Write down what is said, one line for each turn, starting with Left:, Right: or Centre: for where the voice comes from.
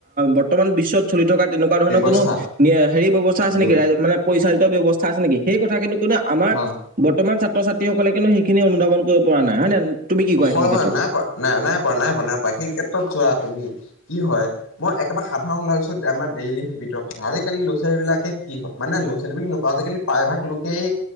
Right: বৰ্তমান বিশ্বত চলি থকা তেনেকুৱা তেনেুৱা ধৰণৰ
Left: ব্যৱস্থা
Right: কোনো হেৰি ব্যৱস্থা আছে
Left: ব্যৱ
Right: নেকি, মানে পৰিচালিত ব্যৱস্থা আছে নেকি সেই কথা কিন্তু কোনো আমাৰ
Left: হয়
Right: বৰ্তমান ছাত্ৰ ছাত্ৰীসকলে কিন্তু সেইখিনি অনুধাৱন কৰিব পৰা নাই হয় নে তুমি কি কোৱা
Left: হয়,
Right: এইখিনি
Left: হয়,
Right: ক্ষেত্ৰত?
Left: নাই পোৱা, নাই, নাই, পোৱা নাই পোৱা নাই পোৱা, সেই ক্ষেত্ৰত চোৱা তুমি কি হয় মই একেবাৰে সাধাৰণ লাইছো আমাৰ ডেইলি সেইবিধৰ কথা আজিকালি ল'ৰাোৱালীলাকে কি হয় মানে ল' ছোৱালী বুলি নওঁ আজিকালি প্ৰায়ভাগ লোকেই